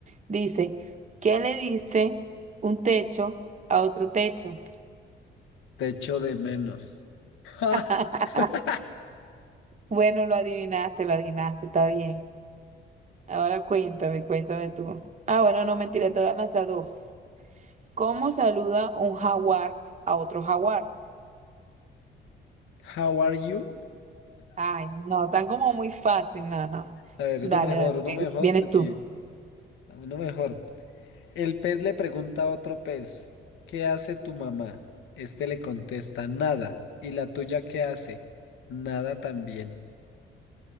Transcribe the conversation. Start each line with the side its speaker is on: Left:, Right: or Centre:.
Right: Dice, ¿qué le dice un techo a otro techo?
Left: Te echo de menos. ¡Ja!
Right: <laughs>
Left: <laughs>
Right: Bueno, lo adivinaste, lo adivinaste, está bien. Ahora cuéntame, cuéntame tú. Ah, bueno, no mentira, te voy a lanzar dos. ¿Cómo saluda un jaguar a otro jaguar?
Left: How are you?
Right: Ay, no, tan como muy fácil, no, no.
Left: A ver,
Right: Dale,
Left: uno mejor,
Right: dale,
Left: uno
Right: ven,
Left: mejor,
Right: vienes
Left: porque
Right: tú.
Left: uno mejor. El pez le pregunta a otro pez, ¿qué hace tu mamá? Este le contesta, nada. ¿Y la tuya qué hace? Nada también.